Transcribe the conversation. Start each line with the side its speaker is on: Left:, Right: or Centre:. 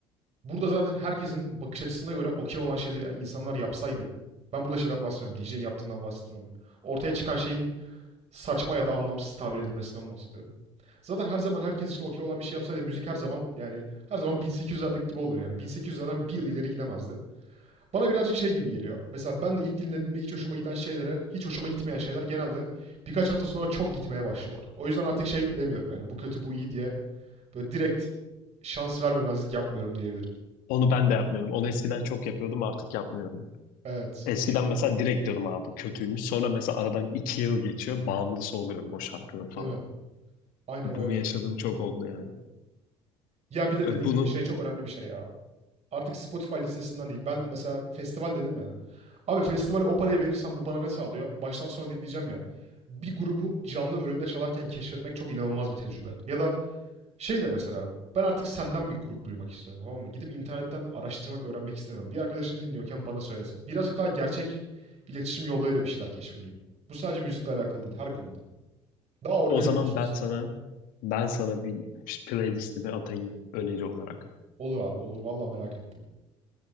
Right: Burada zaten herkesin bakış açısına göre okey olan şeyleri insanlar yapsaydı. Ben burada şeyden bahsediyorum. DJ'in yaptığından bahsediyorum. Ortaya çıkan şeyin saçma ya da anlamsız tabir edilmesinden bahsediyorum. Zaten her zaman herkes için okey olan bir şey yapsaydı müzik her zaman yani her zaman 1800'lerdeki gibi olur yani. 1800'lerden bir yıl ileri gidemezdi. Bana birazcık şey gibi geliyor. Mesela ben de ilk dinlediğimde hiç hoşuma giden şeylere, hiç hoşuma gitmeyen şeyler genelde birkaç hafta sonra çok gitmeye başlıyorlar. O yüzden artık şey demiyorum yani bu kötü bu iyi diye böyle direkt şans vermemezlik yapmıyorum diyebilirim.
Left: Onu ben de yapmıyorum. Onu eskiden çok yapıyordum artık yapmıyorum.
Right: Evet.
Left: Eskiden mesela direkt diyordum abi bu kötüymüş. Sonra mesela aradan iki yıl geçiyor. Bağımlısı oluyorum o şarkının falan.
Right: Değil mi? Aynen
Left: Bunu
Right: öyle oluyor.
Left: yaşadığım çok oldu yani.
Right: Ya bir de
Left: Ö,
Right: dediğin
Left: Bunu
Right: gibi şey çok önemli bir şey ya. Artık Spotify listesinden değil. Ben mesela festival dedim ya. Abi festivale o parayı verirsem bu bana ne sağlıyor? Baştan sona dinleyeceğim ya. Bir grubu canlı önümde çalarken keşfetmek çok inanılmaz bir tecrübe. Ya da Şey de mesela ben artık senden bir grup duymak istiyorum tamam mı? Gidip internetten araştırmak, öğrenmek istemem. Bir arkadaşım dinliyorken bana söylesin. Birazcık daha gerçek iletişim yollarıyla bir şeyler keşfedeyim. Bu sadece müzikle alakalı değil her konuda. Daha organik
Left: o zaman
Right: olsun
Left: ben
Right: istiyorum
Left: sana
Right: yani.
Left: ben sana bir playlistimi atayım öneri olarak.
Right: Olur abi olur vallahi merak ettim.